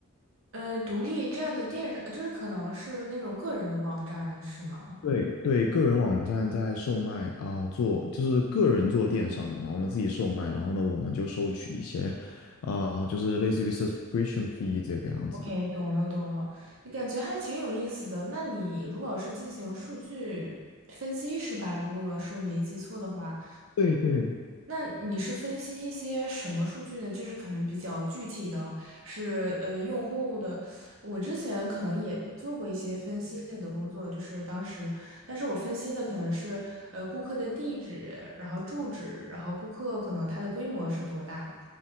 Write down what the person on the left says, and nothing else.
对对，个人网站在售卖啊、做就是个人做电商的，然后呢自己售卖，然后呢我们就收取一些啊、就是类似于 subscription fee 这个样子的。
对对。